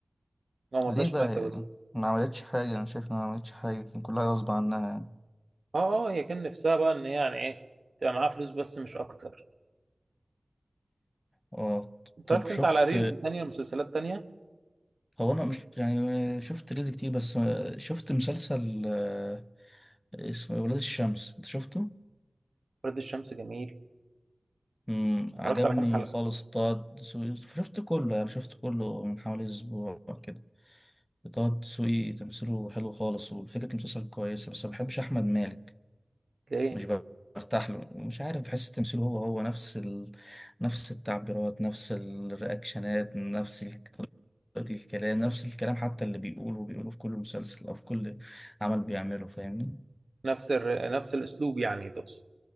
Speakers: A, on the right; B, on the left.
A: هو ما رضاش
B: ليه بقى
A: انها يتجوزها
B: ما عملتش حاجة أنا شايف إنها ما عملتش حاجة كان كلها غصب عنها يعني
A: اه اه هي كان نفسها بقى ان هي يعني ايه تبقى معاها فلوس بس مش اكتر
B: اه
A: اتفرجت
B: طب شفت
A: انت على ريلز تانية ومسلسلات تانية
B: هو انا مش يعني شفت ريلز كتير بس شفت مسلسل آه، اسمه إيه، ولاد الشمس انت شفته؟
A: ورد الشمس جميل
B: امم عجبني
A: اتفرجت على كام حلقة
B: خالص طه دسوقي شفت كله يعني شفت كله من حوالي اسبوع كده طه دسوقي تمثيله حلو خالص وفكرة المسلسل كويسة بس ما بحبش احمد مالك
A: ليه
B: مش برتاح له مش عارف بحس تمثيله هو هو نفس ال... نفس التعبيرات نفس الرياكشنات نفس ال- طريقة الكلام نفس الكلام حتى اللي بيقوله بيقوله في كل مسلسل أو في كل عمل بيعمله فاهمني
A: نفس الر... نفس الاسلوب يعني تقصد